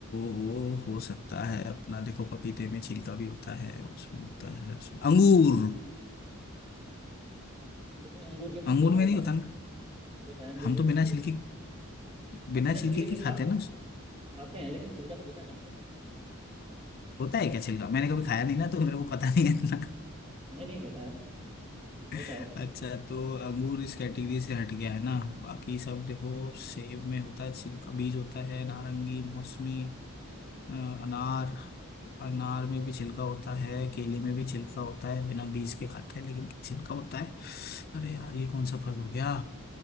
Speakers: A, on the left (about 45°); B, on the right (about 25°).
A: वो हो सकता है अपना देखो पपीते में छिलका भी होता है उसमें होता है उसमें अंगूर
B: लेकिन अंगूर के ऊपर
A: अंगूर
B: छिलका
A: में
B: होता
A: नहीं होता
B: है
A: ना
B: होता है अंगूर
A: हम
B: के
A: तो
B: ऊपर
A: बिना
B: छिलका
A: छिलके
B: हम
A: बिना
B: बिना
A: छिलके
B: छिलके के
A: की खाते
B: खा
A: हैं ना उस-
B: खाते हैं लेकिन छिलका तो होता है ना मतलब
A: होता है क्या छिलका मैंने कभी खाया नहीं ना तो मेरे को पता नहीं है इतना
B: नहीं नहीं होता है होता
A: <laughs>
B: है
A: अच्छा तो अंगूर इस कैटेगरी से हट गया है ना बाकी सब देखो सेब में होता है छिलका बीज होता है नारंगी
B: हम्म
A: मौसमी अ, अनार अनार में भी छिलका होता है केले में भी छिलका होता है बिना बीज के खाते हैं लेकिन छिलका होता है अरे यार ये कौन सा फल हो गया